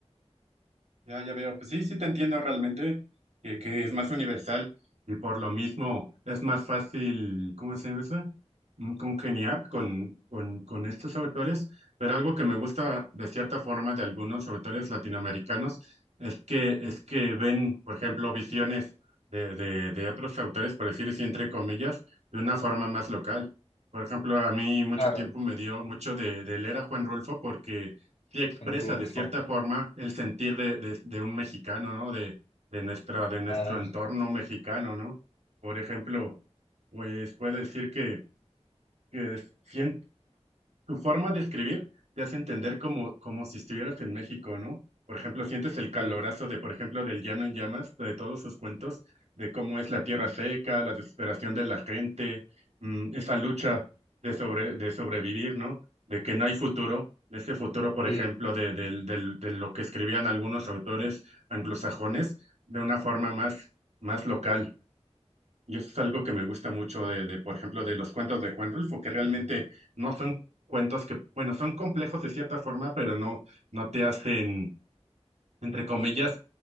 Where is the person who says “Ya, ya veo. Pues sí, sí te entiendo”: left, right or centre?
Right